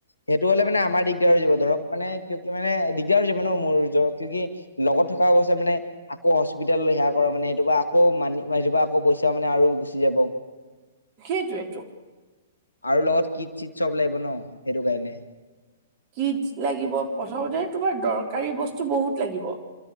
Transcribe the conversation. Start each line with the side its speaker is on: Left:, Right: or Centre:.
Left: সেইটো হলে মানে আমাৰ দিগদাৰ হৈ যাব ধৰক মানে কিয় কি মানে দিগদাৰ হৈ যাব ন মোৰ কিয় কি লগত থকা অৱস্থাত মানে আকৌ হস্পিতেেল লৈ সেৱা কৰা মানে এইটোপা আকৌ মান মানপা আকৌ পইচা মানে আৰু গুচি যাব
Right: সেইটোেইটো
Left: আৰু লগত কিট চট চব লাগিব ন সেইটো কাৰণে
Right: কিড লাগিব প্ৰথমতে তোমাৰ দৰকাৰী বস্তু বহুত লাগিব